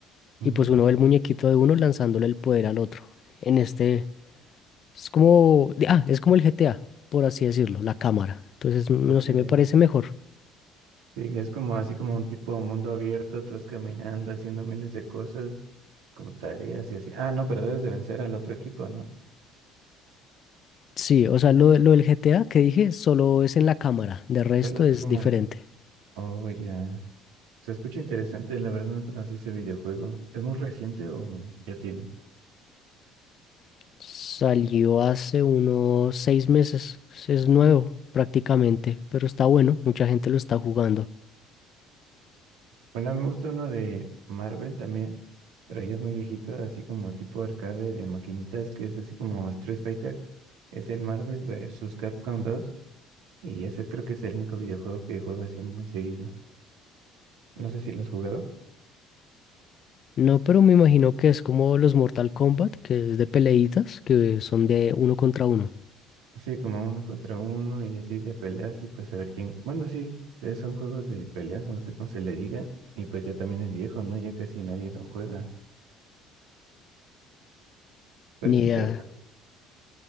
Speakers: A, on the right (about 65°); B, on the left (about 45°).
A: ujú,
B: y pues uno ve el muñequito de uno lanzándole el poder al otro. En este Es como, ah, es como el GTA, por así decirlo, la cámara. Entonces, no
A: ok,
B: sé, me
A: ya.
B: parece mejor.
A: Sí, es como así como un tipo mundo abierto, tú vas caminando, haciendo miles de cosas, como tareas y así. Ah, no, pero debes de vencer al otro equipo, ¿no?
B: Sí, o sea, lo, lo del GTA que dije solo es en la cámara, de resto
A: Solo así
B: es
A: como
B: diferente.
A: el... Oh, ya. Se escucha interesante, la verdad no conocí ese videojuego. ¿Es muy reciente o ya tiene?
B: Salió hace unos seis meses, es nuevo prácticamente, pero está bueno, mucha gente lo está jugando.
A: Bueno, a mí me gusta uno de Marvel también, pero ya es muy viejito, así como tipo arcade de maquinitas, que es así como Street Fighter. Es el Marvel vs. Capcom dos y ese creo que es el único videojuego que juego así muy seguido. No sé si lo has jugado.
B: No, pero me imagino que es como los Mortal Kombat, que es de peleitas, que son de uno contra uno.
A: Sí, como uno contra uno y así de peleas y pues a ver quién. Bueno, sí, entonces son juegos de peleas, no sé cómo se le diga, y pues ya también es viejo, ¿no? Ya casi nadie lo juega. Pero
B: Ni
A: es
B: idea,
A: interesante.